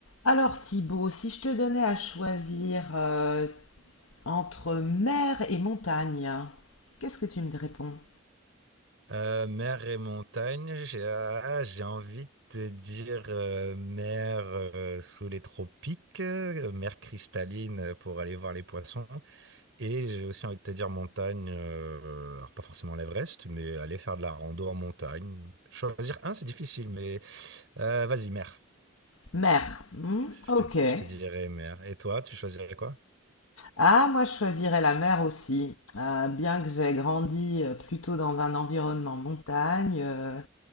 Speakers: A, on the left; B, on the right.
A: Alors Thibaut, si je te donnais à choisir euh, entre mer et montagne, qu'est-ce que tu me réponds?
B: Euh, mer et montagne, j'ai ah, j'ai envie de te dire euh, mer euh, sous les tropiques, euh, mer cristalline euh, pour aller voir les poissons. Et j'ai aussi envie de te dire montagne, euh, alors pas forcément l'Everest, mais aller faire de la rando en montagne. Choisir un, c'est difficile, mais euh, vas-y, mer.
A: Mer. hmm,
B: Je
A: ok.
B: te, je te dirais mer. Et toi, tu choisirais quoi?
A: Ah, moi je choisirais la mer aussi. Euh, bien que j'ai grandi euh, plutôt dans un environnement montagne, euh,